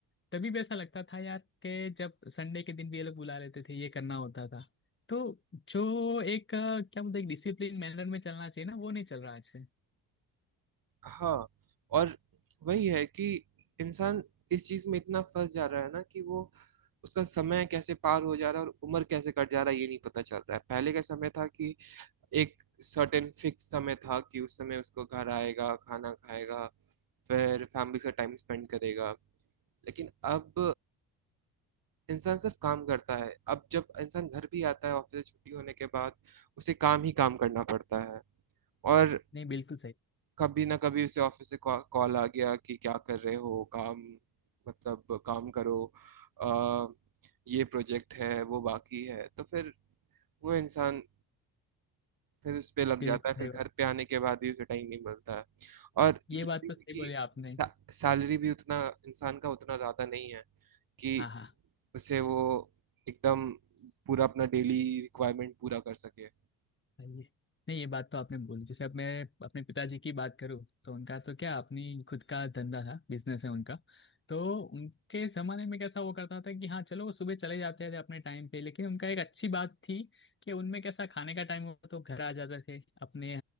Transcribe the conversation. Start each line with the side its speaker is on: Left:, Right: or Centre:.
Left: तभी भी ऐसा लगता था यार कि जब संडे के दिन भी ये लोग बुला लेते थे ये करना होता था तो जो एक अ, क्या बोलते हैं एक डिसिप्लिन मैनर में चलना चाहिए ना वो नहीं चल रहा आज
Right: हाँ और वही है कि इंसान इस चीज में इतना फंस जा रहा है ना कि वो उसका समय कैसे पार हो जा रहा है और उम्र कैसे कट जा रहा है ये नहीं पता चल रहा है पहले का समय था कि एक सर्टेन फिक्स समय था कि उस समय उसको घर आएगा खाना खाएगा फिर फैमिली से टाइम स्पेंड करेगा लेकिन अब इंसान सिर्फ काम करता है अब जब इंसान घर भी आता है ऑफिस से छुट्टी होने के बाद उसे काम ही काम करना पड़ता है और
Left: नहीं बिल्कुल सही
Right: कभी ना कभी उसे ऑफिस से कॉ- कॉल आ गया कि क्या कर रहे हो काम मतलब काम करो आ, ये प्रोजेक्ट है वो बाकी है तो फिर वो इंसान फिर उस पे लग
Left: बिल्कुल
Right: जाता है फिर
Left: सही
Right: घर
Left: बात।
Right: पे आने के बाद भी उसे टाइम नहीं मिलता है और
Left: ये
Right: ये
Left: बात
Right: भी
Left: तो सही
Right: है कि
Left: बोली आपने
Right: सा, सैलरी भी उतना इंसान का उतना ज़्यादा नहीं है कि
Left: हाँ हाँ
Right: उसे वो एकदम पूरा अपना डेली रिक्वायरमेंट पूरा कर सके
Left: सही है। नहीं ये बात तो आपने बोली जैसे अब मैं अपने पिताजी की बात करूँ तो उनका तो क्या अपनी खुद का धंधा था बिजनेस है उनका तो उनके ज़माने में कैसा वो करता था कि हाँ चलो वो सुबह चले जाते थे अपने टाइम पे लेकिन उनका एक अच्छी बात थी कि उनमें कैसा खाने का टाइम हुआ तो घर आ जाते थे अपने